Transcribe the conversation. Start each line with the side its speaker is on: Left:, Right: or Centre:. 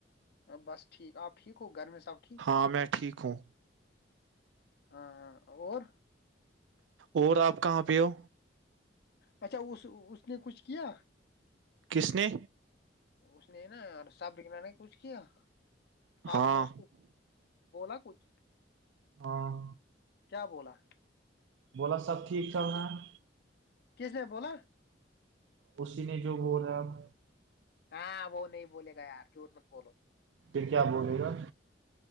Left: بس ٹھیک آپ ٹھیک ہو گھر میں سب ٹھیک
Right: ہاں
Left: ہے
Right: میں ٹھیک ہوں
Left: ہاں اور
Right: اور آپ کہاں پہ ہو
Left: اچھا اس نے کچھ کیا
Right: کس نے
Left: اس نے نا اور سبریین نے کچھ کیا فیڈ
Right: ہاں
Left: نہ اس کو <unintelligible> بولا کچھ
Right: ہاں
Left: کیا بولا
Right: بولا سب ٹھیک چل رہا ہے
Left: کس نے بولا
Right: اسی نے جو بول رہا ہے اب
Left: ہاں وہ نہیں بولے گا یار جھوٹ مت بولو
Right: پھر کیا بولے گا